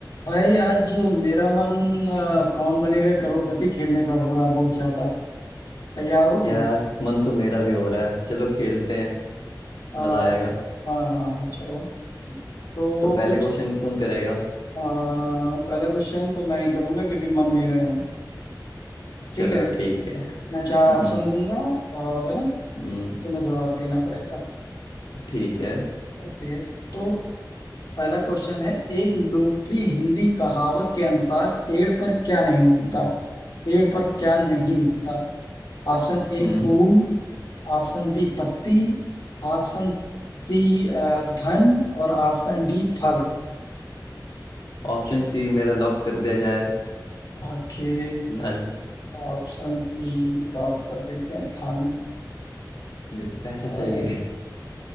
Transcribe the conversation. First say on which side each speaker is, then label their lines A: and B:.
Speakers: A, on the left; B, on the left.
A: भाई आज मेरा मन अ, कौन बनेगा करोड़पति खेलने का हो रहा है बहुत ज्यादा तैयार हो तुम
B: यार मन तो मेरा भी हो रहा है चलो खेलते हैं
A: अ,
B: मजा आएगा
A: हाँ हाँ हाँ चलो तो
B: तो पहले
A: कुछ
B: क्वेश्चन कौन करेगा
A: अ, पहला क्वेश्चन तो मैं ही करूंगा क्योंकि मन मेरा है
B: चलो
A: ठीक है
B: ठीक है
A: मैं चार
B: हम्म
A: ऑप्शन दूंगा और
B: हम्म,
A: तुम्हें जवाब देना पड़ेगा
B: ठीक है
A: ओके तो पहला क्वेश्चन है एक लोकप्रिय हिंदी कहावत के अनुसार पेड़ पर क्या नहीं उगता
B: हम्म
A: पेड़ पर क्या नहीं उगता ऑप्शन ए
B: हम्म
A: फूल ऑप्शन बी पत्ती ऑप्शन सी अ, धन और ऑप्शन डी फल
B: ऑप्शन सी मेरा लॉक कर दिया जाए
A: ओके
B: धन
A: ऑप्शन सी तौर कर देते हैं धन
B: मेरे को पैसा
A: अ,
B: चाहिए